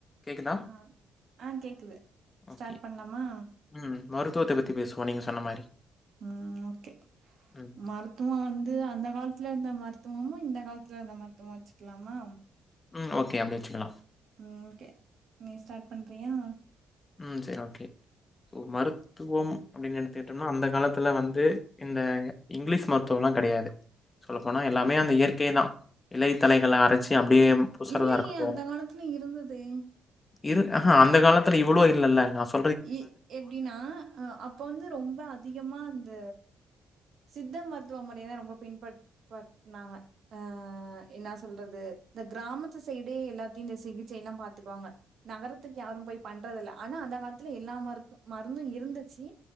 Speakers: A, on the left (about 25°); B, on the right (about 65°).
A: கேக்குதா?
B: ஆ ஆ கேக்குது
A: ஓகே.
B: ஸ்டார்ட் பண்ணலாமா?
A: ம் மருத்துவத்தை பத்தி பேசுவோம் நீங்க சொன்ன மாரி
B: ம் ஓகே
A: ம்.
B: மருத் துவோம் வந்து அந்த காலத்துல இருந்த மருத்துவமும் இந்த காலத்துல இருந்த மருத்துவம் வச்சுக்கலாமா?
A: ம் ஓகே அப்டி வச்சுக்கலாம்.
B: ம் ஓகே நீ ஸ்டார்ட் பண்றியா?
A: ம் செரி ஓகே சோ மருத் த்துவோம் அப்டின்னு எடுத்துட்டோம்னா அந்த காலத்துல வந்து இந்த இங்கிலீஷ் மருத்துவம்லாம் கெடையாது சொல்லப்போனா எல்லாமே அந்த இயற்கை தான் இலைத்தலைகளை அரைச்சி அப்டியே பூசுறதா
B: இல்லையே
A: இருக்கட்டும்.
B: அந்த காலத்துல இருந்துதே
A: இரு அ அந்த காலத்துல இவ்வளோ இல்லல்ல நா சொ
B: இ எப்டின்னா ஆ அப்ப வந்து ரொம்ப அதிகமா அந்த சித்த மருத்துவ முறை தா ரொம்ப பின் பட் பட்னாங்க அ என்னா சொல்றது இந்த க்ராமத்து சைடே எல்லாத்தையு இந்த சிகிச்ச எல்லா பாத்துக்குவாங்க நகரத்துக்கு யாரு போய் பண்றது இல்ல ஆனா அந்த காலத்துல எல்லா மருத்து மருந்தும் இருந்துச்சு